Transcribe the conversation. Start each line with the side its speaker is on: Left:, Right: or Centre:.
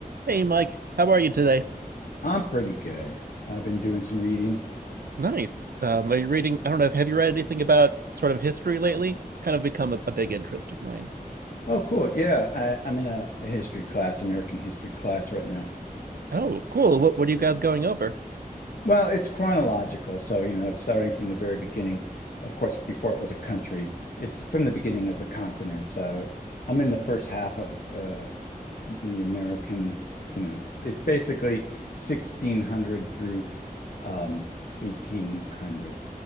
Right: Hey, Mike, how are you today?
Left: I'm pretty good. I've been doing some reading.
Right: Nice. Um, are you reading? I don't know. Have you read anything about sort of history lately? It's kind of become a, a big interest of mine.
Left: Oh, cool. Yeah, I, I'm in a, a history class, American history class right now.
Right: Oh, cool. What what are you guys going over?
Left: Well, it's chronological, so you know, it's starting from the very beginning. Of course, before it was a country, it's from the beginning of the continent. So I'm in the first half of uh, the American, you know, it's basically 1600 through um, 1800.